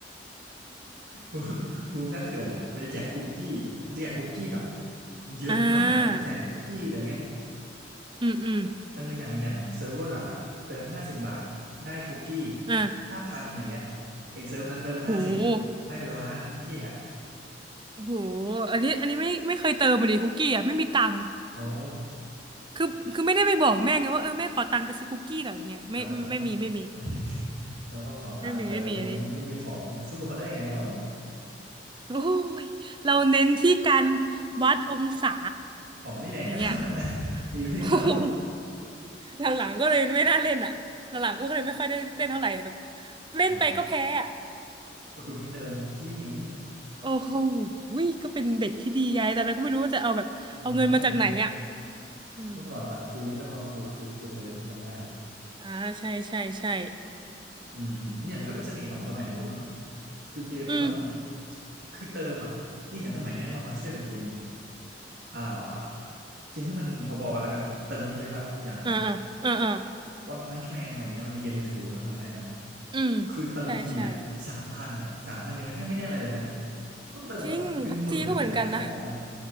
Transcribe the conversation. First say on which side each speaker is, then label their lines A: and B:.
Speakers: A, on the right; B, on the right.
A: บู <laughs> มบูมซัดเถื่อนอ่ะมันจะแจกคุกกี้มันจะแจกคุกกี้แบบ
B: <laughs>
A: เยอะมากอ่ะเป็นแสนคุกกี้อะไรเงี้ย
B: อ่าอืมอืม
A: เอออย่างอย่างเซิร์ฟเวอร์หลักอ่ะเติมห้าสิบบาทได้คุกกี้
B: อ่า
A: ห้าพันอะไรเงี้ยไอ้เซิร์ฟนั้นเติมห้าสิบ
B: โห
A: ได้เป็นล้านคุกกี้อ่ะ
B: โอ้โหอันนี้อันนี้ไม่ไม่เคยเติมเลยดิคุกกี้อ่ะไม่มีตังค์
A: โอ้
B: คือคือไม่ได้ไปบอกแม่ไงว่าเออแม่ขอตังค์ไปซื้อคุกกี้หน่อยอย่างเงี้ยไม่ไม่มีไม่มี
A: เราก็ต้อง <laughs> เราก็ต้องขอตังค์มาเติมอย่างเงี้ยมันไม่มีของมันสู้เขาได้ไงแล้ว
B: ไม่มีไม่มีอันนี้โอ้ยเราเน้นที่การวัดองศา
A: ของไม่แรงก็เท่านั้นนะ
B: อย่างเงี้ย
A: <laughs> ตีไม่เข้า
B: โอ้โห
A: <laughs>
B: หลังๆก็เลยไม่น่าเล่นอ่ะหลังๆก็เลยไม่ค่อยได้เล่นเท่าไหร่แบบเล่นไปก็แพ้อ่ะ
A: อ่าก็คุณไม่เติมคุกกี้ไง
B: โอ้โหวยก็เป็นเด็กที่ดีไงแต่เราก็ไม่รู้ว่าจะเอาแบบเอาเงินมาจากไหนอ่ะ
A: อ้าว
B: อืม
A: เมื่อก่อนบัตรทูนี่ต้องมาขูดขูดขูดกันเลยนะจำได้เลย
B: อ่าใช่ใช่ใช่
A: อืมอืมเนี่ยมันก็เป็นเสน่ห์ของสมัยนู้นมั้งคือเกมมันต้อง
B: อืม
A: คือเติมอ่ะนี่อย่างสมัยเนี้ยเรามาเทียบกับเกมอ่าเกมที่มันพอๆกันแล้วกันเติมเยอะๆอะอย่าง
B: อ่าอ่าอ่า
A: One Punch Man อะไรเงี้ยมันมีเกมมือถือ One Punch Man นะ
B: อืม
A: คือเติมทีอ่ะสามพันอ่ะสามพันยังไม่แทบไม่ได้อะไรเลยนะ
B: ใช่ใช่
A: ต้องเติมแบบเป็นหมื่นถึงจะได้ของอ่ะ
B: จริงพับจีก็เหมือนกันนะ